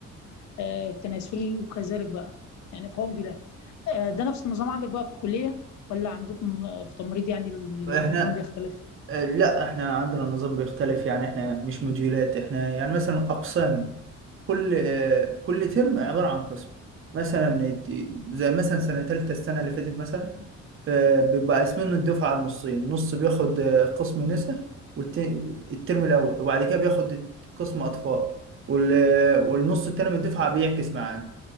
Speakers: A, on the left; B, on the right.
A: آه، التناسلي وكذلك بقى يعني في هوامد ولاد آه، ده نفس النظام عندك بقى في الكلية ولا عندكم آه، في تمريض يعني النظام
B: احنا
A: بيختلف
B: آه، لا احنا عندنا نظام بيختلف يعني احنا مش موديولات احنا يعني مثلا اقسام كل آه، كل ترم عباره عن قسم مثلا الت- زي مثلا سنه ثالثه السنه اللي فاتت مثلا آه، بيبقى قاسمين الدفعة على النصين نص بياخد آه، قسم نساء والترم الأول وبعد كده بياخد قسم أطفال وال- والنص التاني من الدفعة بيعكس معاه